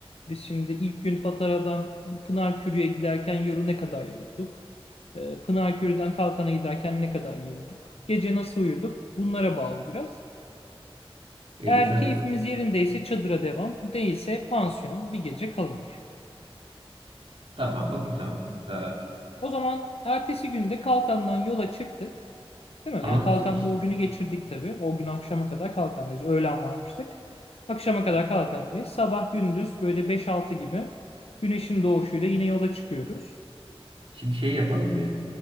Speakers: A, on the left (about 75°); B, on the right (about 60°).
A: Biz şimdi ilk gün Patara'dan Pınarkürü'ye giderken yoru ne kadar yorulduk? Ee, Pınarkürü'den Kalkan'a giderken ne kadar yorulduk? Gece nasıl uyuduk? Bunlara bağlı biraz.
B: E,
A: Eğer
B: zaten
A: keyfimiz yerindeyse çadıra devam, değilse pansiyon bir gece kalınır.
B: tamam okey tamam. Ee,
A: O zaman ertesi günde Kalkan'dan yola çıktık. Değil mi?
B: ama
A: Yani Kalkan'da
B: şi- şi-
A: o günü geçirdik tabii. O gün akşama kadar Kalkan'dayız. Öğlen varmıştık. Akşama kadar Kalkan'dayız. Sabah gündüz böyle beş altı gibi güneşin doğuşuyla yine yola çıkıyoruz.
B: şimdi şey yapalım bir.